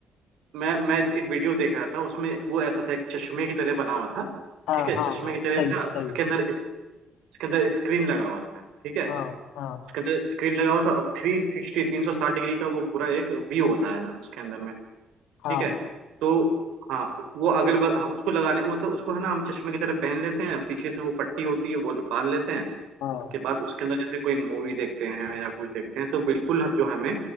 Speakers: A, on the right (about 85°); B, on the left (about 85°).
A: मैं मैं एक वीडियो देख रहा था उसमें वो ऐसा था एक चश्मे की तरह बना हुआ था
B: हाँ
A: ठीक है
B: हाँ
A: चश्मे
B: हाँ
A: की तरह
B: सही
A: था
B: सही
A: उसके अंदर उसके अंदर स्क्रीन लगा हुआ था ठीक है
B: हाँ हाँ
A: उसके अंदर स्क्रीन लगा हुआ था और थ्री सिक्सटी तीन सौ साठ डिग्री का वो पूरा एक व्यू होता है ना उसके अंदर में ठीक
B: हाँ
A: है तो हाँ वो अगल बगल हाँ, उसको लगाने वो तो उसको है ना हम चश्मे की तरह पहन लेते हैं पीछे से वो पट्टी होती है वो बांध लेते हैं
B: हाँ
A: उसके बाद उसके अंदर जैसे कोई मूवी देखते हैं या कुछ देखते हैं तो बिल्कुल जो हमें